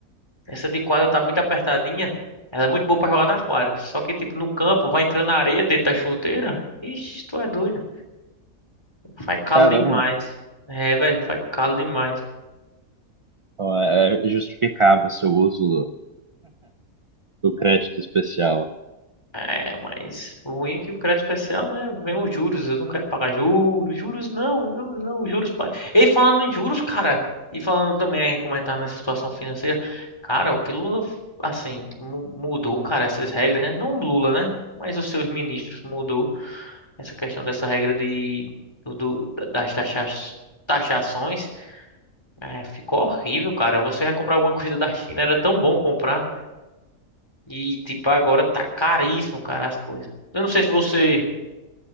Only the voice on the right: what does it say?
caramba.
Ó, é Justificava o seu uso do, do crédito especial.